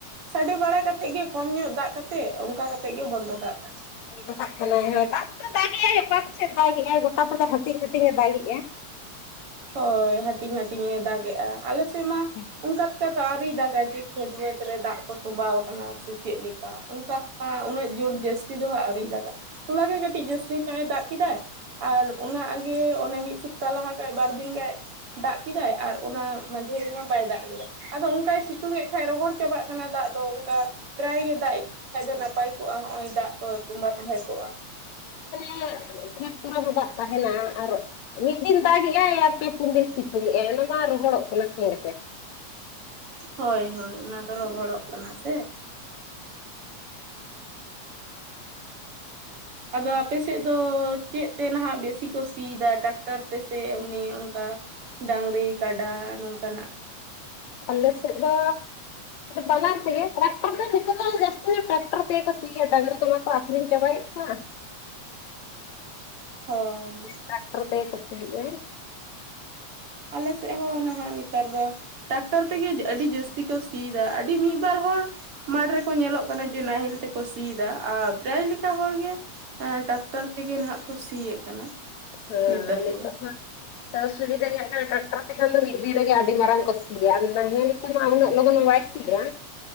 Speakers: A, on the right; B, on the left.
A: ᱥᱟᱰᱮ ᱵᱟᱲᱟ ᱠᱟᱛᱮᱫ ᱜᱮ ᱠᱚᱢ ᱧᱚᱜ ᱫᱟᱜ ᱠᱟᱛᱮᱫ ᱚᱱᱠᱟ ᱠᱟᱛᱮᱫ ᱜᱮ ᱵᱚᱱᱫᱚ ᱠᱟᱜ ᱠᱟᱱᱟ
B: ᱫᱟᱜ ᱠᱟᱱᱟ ᱫᱟᱜ ᱫᱚ ᱫᱟᱜ ᱟᱭ ᱚᱠᱟ ᱠᱚᱥᱮᱫ ᱫᱟᱜ ᱜᱟᱭ ᱜᱚᱴᱟ ᱛᱚᱞᱮ ᱦᱟᱹᱴᱤᱧ ᱦᱟᱹᱴᱤᱧᱮ ᱫᱟᱜᱮᱜᱼᱟ
A: ᱦᱳᱭ ᱦᱟᱹᱴᱤᱧ ᱦᱟᱹᱴᱤᱧᱮ ᱫᱟᱜ ᱮᱼᱟ ᱟᱞᱮᱥᱮᱫ ᱢᱟ
B: ᱴᱷᱤᱠ ᱜᱮ
A: <unintelligible> ᱟᱹᱣᱨᱤ ᱫᱟᱜᱟᱭ ᱡᱮ ᱠᱷᱮᱛ ᱵᱟᱹᱫᱽ ᱨᱮ ᱫᱟᱜ ᱠᱚ ᱛᱚᱸᱵᱟᱣ ᱟᱠᱟᱱᱟ ᱥᱮ ᱪᱮᱫ ᱞᱮᱠᱟ ᱚᱱᱠᱟ ᱩᱱᱟᱹᱜ ᱡᱳᱨ ᱡᱟᱹᱥᱛᱤ ᱫᱚ ᱦᱟᱸᱜ ᱟᱹᱣᱨᱤ ᱫᱟᱜᱟ ᱚᱱᱟ ᱜᱮ ᱠᱟᱹᱴᱤᱡ ᱡᱟᱹᱥᱛᱤ ᱫᱚ ᱫᱟᱜ ᱠᱮᱫᱟᱭ ᱟᱨ ᱚᱱᱟ ᱟᱜᱮ ᱚᱱᱮ ᱢᱤᱫ ᱥᱚᱯᱛᱟ ᱞᱟᱦᱟ ᱠᱷᱟᱡ ᱵᱟᱨ ᱫᱤᱱ ᱫᱟᱜ ᱠᱮᱫᱟᱭ ᱟᱨ ᱚᱱᱟ ᱢᱟᱡᱷᱮ ᱨᱮᱢᱟ ᱵᱟᱭ ᱫᱟᱜ ᱞᱮᱫᱟ ᱟᱫᱚ ᱚᱱᱠᱟᱭ ᱥᱤᱛᱩᱝ ᱮ ᱠᱷᱟᱡ ᱨᱚᱦᱚᱲ ᱪᱟᱵᱟᱜ ᱠᱟᱱᱟ ᱫᱟᱜ ᱫᱚ ᱚᱱᱠᱟ ᱯᱨᱟᱭ ᱜᱮ ᱫᱟᱜ ᱤᱫᱤ ᱞᱮ ᱠᱷᱟᱱ ᱫᱚ ᱱᱟᱯᱟᱭ ᱠᱚᱜᱼᱟ᱾ ᱱᱚᱜᱼᱚᱭ ᱫᱟᱜ ᱠᱚ ᱛᱚᱢᱵᱟ ᱛᱟᱦᱮᱸ ᱠᱚᱜᱼᱟ
B: ᱟᱱᱮ ᱠᱷᱮᱛ ᱠᱚᱨᱮ ᱦᱚᱸ ᱫᱟᱜ ᱛᱟᱦᱮᱱᱟ᱾ ᱟᱨ ᱢᱤᱫ ᱫᱤᱱ ᱫᱟᱜ ᱮ ᱟᱭ ᱟᱨ ᱯᱮ ᱯᱩᱱ ᱫᱤᱱ ᱥᱤᱛᱩᱝᱮᱜᱼ ᱟᱭ ᱚᱱᱟ ᱢᱟ ᱨᱚᱦᱚᱲᱚᱜ ᱠᱟᱱᱟ ᱥᱮᱸ
A: ᱦᱳᱭ ᱦᱳᱭ ᱚᱱᱟ ᱫᱚ ᱨᱚᱦᱚᱲᱚᱜ ᱠᱟᱱᱟ ᱥᱮ ᱟᱫᱚ ᱟᱯᱮ ᱥᱮᱫ ᱫᱚ ᱪᱮᱫ ᱛᱮ ᱱᱟᱦᱟᱜ ᱵᱮᱥᱤ ᱠᱚ ᱥᱤᱭ ᱫᱟ, ᱴᱟᱠᱴᱟᱨ ᱛᱮ ᱥᱮ ᱮᱢᱱᱤ ᱚᱱᱠᱟ ᱰᱟᱝᱨᱤ ᱠᱟᱰᱟ ᱱᱚᱝᱠᱟᱱᱟᱜ
B: ᱟᱞᱮᱥ ᱫᱚ ᱵᱟᱱᱟᱨ ᱛᱮ ᱜᱮ ᱴᱮᱠᱴᱟᱨ ᱫᱟ ᱫᱤᱠᱩ ᱡᱟᱹᱥᱛᱤ ᱴᱮᱠᱴᱟᱨ ᱛᱮᱜᱮ ᱠᱚ ᱥᱤᱭᱟ ᱰᱟᱹᱝᱨᱤ ᱡᱚᱢᱟ ᱠᱚ ᱟᱠᱷᱨᱤᱧ ᱪᱟᱵᱟᱭᱮᱜ ᱠᱚᱣᱟ᱾
A: ᱦᱳᱭ
B: ᱴᱮᱠᱴᱟᱨ ᱛᱮᱜᱮ ᱠᱚ ᱥᱤᱭᱟ
A: ᱟᱞᱮ ᱥᱮᱫ ᱦᱚᱸ ᱱᱟᱦᱟᱜ ᱱᱮᱛᱟᱨ ᱫᱚ ᱴᱨᱟᱠᱴᱟᱨ ᱛᱮᱜᱮ ᱟᱹᱰᱤ ᱡᱟᱹᱥᱛᱤ ᱠᱚ ᱥᱤᱭᱟ ᱫᱟ᱾ ᱟᱹᱰᱤ ᱢᱤᱫᱵᱟᱨ ᱦᱚᱲ ᱢᱟᱴᱷ ᱨᱮᱠᱚ ᱧᱮᱞᱚᱜ ᱠᱟᱱᱟ ᱡᱮ ᱱᱟᱦᱮᱞ ᱛᱮᱠᱚ ᱥᱤᱭᱟ ᱫᱟ ᱟᱨ ᱯᱨᱟᱭ ᱞᱮᱠᱟ ᱦᱚᱲ ᱜᱮ ᱴᱟᱠᱴᱟᱨ ᱛᱮᱜᱮ ᱱᱟᱦᱟᱜ ᱠᱚ ᱥᱤᱭᱮᱫ ᱠᱟᱱᱟ᱾
B: <unintelligible>
A: ᱱᱤᱛᱚᱜ ᱫᱚ
B: ᱛᱚ ᱥᱩᱵᱤᱫᱟ ᱱᱚᱜ ᱱᱟ ᱴᱟᱠᱴᱟᱨ ᱛᱮ ᱠᱷᱟᱱ ᱫᱚ ᱢᱤᱫ ᱫᱤᱱ ᱨᱮᱜᱮ ᱟᱹᱰᱤ ᱢᱟᱨᱟᱝ ᱠᱚᱥᱤᱭᱟ᱾ ᱟᱫᱚ ᱱᱟᱦᱮᱞ ᱱᱟᱦᱮᱞ ᱢᱟ ᱩᱱᱟᱹᱜ ᱞᱚᱜᱚᱱ ᱵᱟᱭ ᱥᱤᱭᱟ